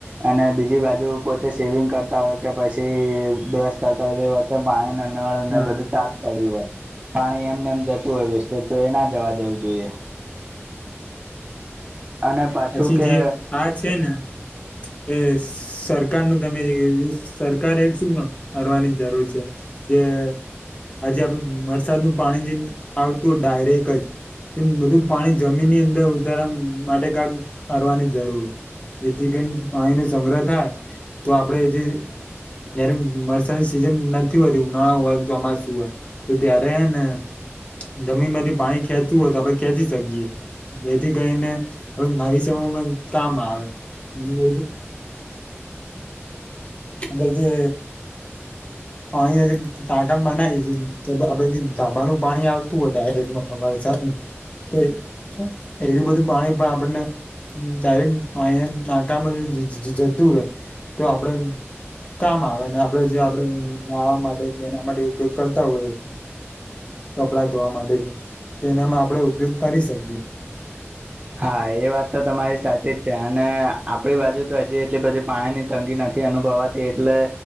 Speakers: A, on the right; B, on the left.
A: અને બીજી બાજુ પોતે શેવિંગ કરતા હોય કે પછી બ્રશ કરતા હોય તો એ વખતે પાણી નળ ને
B: હા,
A: બધું ચાલુ પડ્યું હોય પાણી એમ ને એમ જતું હોય વેસ્ટ તો એના જવા દેવું જોઈએ. અને પાછું
B: પછી
A: કે
B: જે આ છે ને એ સરકારનું તમે જે સરકાર એક શું કરવાની જરૂર છે? જે આજે આપડ વરસાદ નું પાણી જે આવતું ડાયરેક જ તેમ બધું પાણી જમીનની અંદર ઉતારવા માટે કાક કરવાની જરૂર એથી કઈ પાણી નો સંગ્રહ થાય તો આપડે જે જયારે વરસાદની સિઝન નથી હોતી ઉનાળા હોય, ચોમાસું હોય. તો ત્યારે હે ને જમીન માંથી પાણી ખેંચવું હોય તો આપણે ખેંચી શકીએ જેથી કરીને ભવિષ્યમાં <inaudible> કામ આવે <inaudible> <inaudible> જે પાણી <unintelligible> ટાકા બનાયીસ આપડે જે ધાબાનું પાણી આવતું હોય ડાયરેક્ટ <unintelligible> વરસાદનુ એટલું બધું પાણી પણ આપણને ડાયરેક્ટ પાણીના ટાંકામાં જતું રે તો આપડે કામ આવે ને આપડે જે આપડે નાવા માટે કે એના માટે ઉપયોગ કરતા હોય. કપડા ધોવા માટે કે તો એનામાં આપડે ઉપયોગ કરી શકીએ.
A: હા એ વાત તો તમારી સાચી જ છે અને આપણી બાજુ તો હજી એટલી બધી પાણીની તંગી નથી અનુભવા એટલે